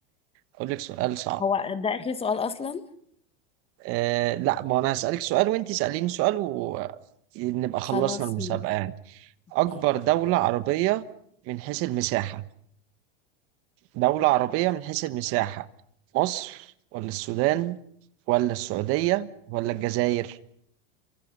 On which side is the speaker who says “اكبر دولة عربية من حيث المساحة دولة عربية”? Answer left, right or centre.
Right